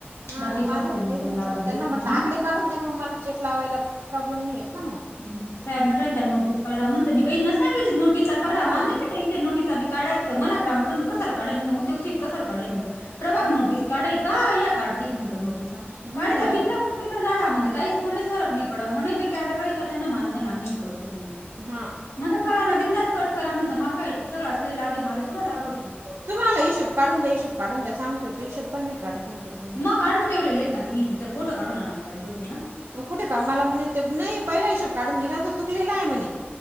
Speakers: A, on the right; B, on the left.
A: ''हा
B: बाकीच्या
A: ना, माझं
B: हप्ते
A: भी
B: नंतर
A: तीच म्हटलं,
B: लावत
A: मग त्यांना
B: बेस म्हणे
A: म्हटलं आकडे काढून द्या, मग मला चेक लावायला प्रॉब्लेम नाही येत ना मग. ''
B: हं, साहेब म्हनीरायंता नोटीस काढा, म्हनतं मी काही ना सांगेसे नोटीस, ''चा काढा
A: मग
B: माल नाही का टेन्शन, नोटीसा बी काढात, म्हणा ग्रामसंघ कसाले काढीन उद्योगशी कसाले काढायीन म्हणत. '' ''प्रभाग
A: हम्म
B: नोटीस काढायी का, या काढती म्हनत नोटीसा
A: हम्म
B: काढी द्या बिंदास नोटीस, '' ''काडा म्हणजे काही कोणलेस फरक नाही पडाव म्हने, जे कॅडर राही का त्यांना मान आम्ही करसूत म्हने. ''
A: हां
B: ''म्हणत करा ना बिंदास कट करा, म्हणत माल काय सगळासले लागी मले थोडं लागावशी. ''
A: ''तुम्हाला हिशोब काढून द्या, हिशोब काढून द्या, सांगतोय ते हिशोब पण नाही काढत म्हणत तुम्ही. ''
B: मग ''काढून ठेवलेले आहे तिने, तिथ फोटो काढून आणायला पाहिजे होते ना, ''
A: मग कुठे का मला म्हणे, नाही पहिला हिशोब काढून दिला तर चूकलेला आहे म्हणे,